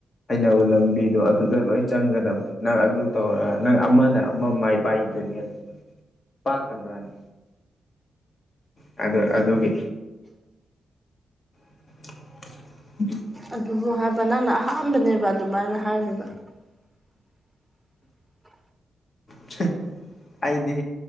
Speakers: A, on the left; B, in the centre.
A: ꯍꯩꯅꯕ ꯂꯝꯕꯤꯗꯣ ꯑꯗꯨꯗ ꯂꯣꯏ ꯆꯪꯒꯗꯕꯅꯤ ꯅꯪ ꯑꯗꯨ ꯇꯧꯔꯒ ꯅꯪ ꯑꯃꯅ ꯑꯃ ꯃꯥꯏ ꯄꯥꯛꯏꯗꯨꯅꯤ ꯑꯗꯣ ꯄꯥꯛꯇꯕ꯭ꯔꯥꯅꯦ ꯑꯗ ꯑꯗꯨꯒꯤ <inaudible>
B: ꯑꯗꯨꯕꯨ ꯍꯥꯏꯕ ꯅꯪꯅ ꯑꯍꯥꯟꯕꯅꯦꯕ ꯑꯗꯨꯃꯥꯏꯅ ꯍꯥꯏꯔꯤꯕ <inaudible>
A: ꯁ ꯑꯩꯗꯤ